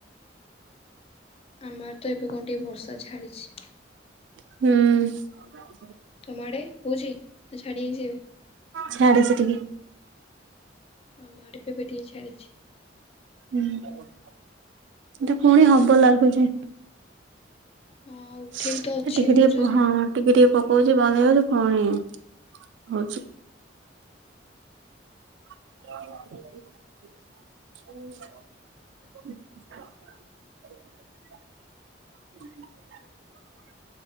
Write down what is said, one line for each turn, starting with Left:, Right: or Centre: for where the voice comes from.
Left: ଆମର ତ ଏବେ କଣ ଟିକେ ବର୍ଷା ଛାଡ଼ିଚି।
Right: ହୁଁ!
Left: ତମ ଆଡେ ହୋଉଛି ନା ଛାଡୀ ଯାଇଛି ଏବେ।
Right: ଛାଡ଼ିଚି ଟିକେ।
Left: ଆମ ଆଡେ ବି ଟିକେ ଛାଡିଛି।
Right: ହୁଁ! ଏତ ପୁଣି ହବ ଲାଗୁଛି।
Left: ହଁ ଉଠେଇକି
Right: ସେ
Left: ତ ଅଛି
Right: ଟିକେ
Left: ବହୁତ
Right: ଟିକେ
Left: ଜୋରେ
Right: ହଁ ହଁ ଟିକେ ଟିକେ। ପ ହୋଉଛି ବନ୍ଦ ହେଇଗଲେ ପୁଣି ହୋଉଛି। <unintelligible> ହୁଁ! <unintelligible> <unintelligible>